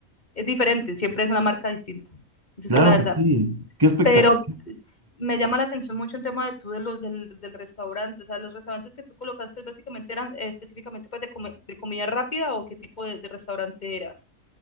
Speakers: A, on the left (about 35°); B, on the right (about 20°).
A: es diferente, siempre es una marca distinta. Entonces,
B: claro
A: pues la verdad,
B: que sí. Qué espectáculo.
A: pero me llama la atención mucho el tema de tú de los del, del restaurante, o sea, los restaurantes que tú colocaste básicamente eran eh, específicamente pues de, come, de, comida rápida o qué tipo de, de restaurante era.